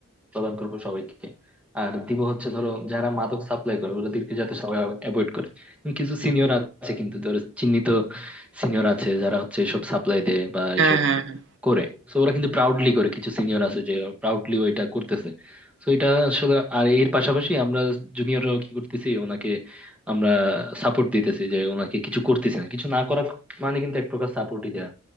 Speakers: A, in the centre; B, on the right (about 55°).
A: প্রদান করবো সবাইকে আর দিব হচ্ছে ধরো যারা মাদক সাপ্লাই করে ওদেরকে যাতে সবাই অ্যাভয়েড করে কিন্তু কিছু সিনিয়র আছে কিন্তু ধরো চিহ্নিত সিনিয়র আছে যারা হচ্ছে এসব সাপ্লাই দেয় বা
B: হ্যাঁ,
A: এসব
B: হ্যাঁ, হ্যাঁ।
A: করে সো ওরা কিন্তু প্রাউডলি করে কিছু সিনিয়র আছে যে প্রাউডলি ওইটা করতেছে তো এটা আসলে আর এর পাশাপাশি আমরা জুনিয়ররাও কি করতেছি ওনাকে আমরা সাপোর্ট দিতেছি যে ওনাকে কিছু করতেছি না কিছু না করা মানে কিন্তু এক প্রকার সাপোর্টই দেয়া